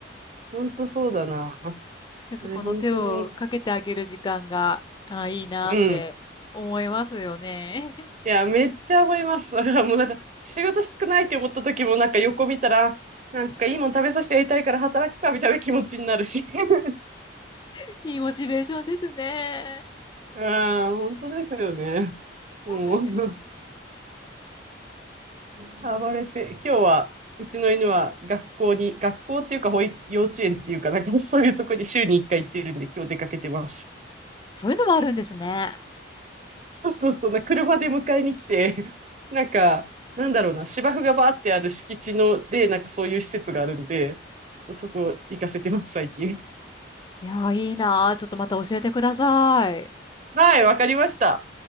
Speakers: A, on the right (about 40°); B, on the left (about 25°).
A: 本当そうだな。あ
B: なんかこの手をかけてあげる時間が、
A: れ、本当に
B: あ、いいなって思いますよね。
A: うん。いや、めっちゃ思います。だからもうなんか、仕事したくないって思った時も、なんか横見たら、なんかいいもん食べさせてやりたいから働くか、みたいな気持ちになるし。<laughs>
B: <laughs> いいモチベーションですね。
A: ああ本当ですよね。
B: <laughs>
A: もう、<laughs> 暴れて、今日は、うちの犬は学校に、学校っていうか保育、幼稚園っていうか、なんかそういうとこに週に1回行ってるんで、今日出かけてます。
B: そういうのもあるんですね。
A: そうそうそう、な車で迎えに来て、<laughs> なんか、なんだろうな、芝生がバーってある敷地の、で、なんかそういう施設があるんで、そこ行かせてます、最近。
B: いやー、いいなー。ちょっとまた教えてください。
A: はい、わかりました。